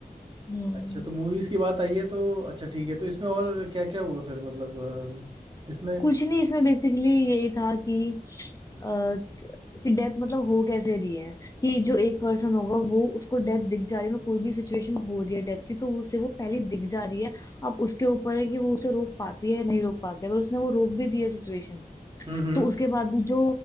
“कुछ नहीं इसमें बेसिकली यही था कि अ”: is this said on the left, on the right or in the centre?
Left